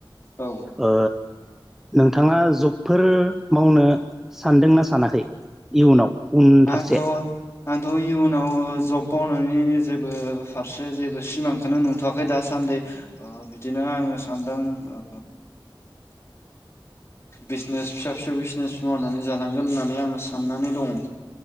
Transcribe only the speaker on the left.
औ
आंथ' आंथ' इयुनाव जफन नि जेबो फारसे जेबो सिमांखौनो नुथ'वाखै दासान्दि बिदिनो आङो सान्दों ओ
बिजनेस फिसा फिसौ बिजनेस मावनानै जालांगोन होननानै आङो साननानै दं